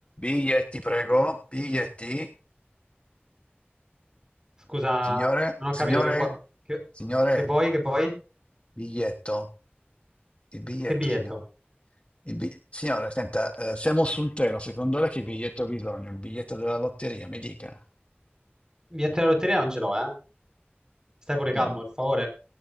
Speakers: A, on the left; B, on the right.
A: Biglietti, prego. Biglietti.
B: Scusa,
A: Signore,
B: non ho
A: signore,
B: capito che vuoi. Che,
A: signore,
B: che vuoi? Che vuoi?
A: biglietto. Il biglietto,
B: Che biglietto?
A: signore. Il bi- Signore, senta, eh, siamo su un treno. Secondo lei che biglietto ha bisogno? Il biglietto della lotteria, mi dica.
B: Biglietto della lotteria non ce l'ho, eh? Stai pure calmo,
A: Mm.
B: per favore.